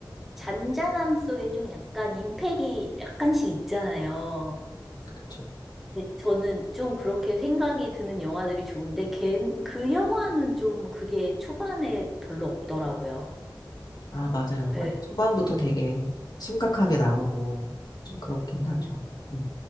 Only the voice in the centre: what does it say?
잔잔함 속에 좀 약간 임팩이 약간씩 있잖아요.
근데 저는 좀 그렇게 생각이 드는 영화들이 좋은데 걘, 그 영화는 좀 그게 초반에 별로 없더라고요.
예.
음,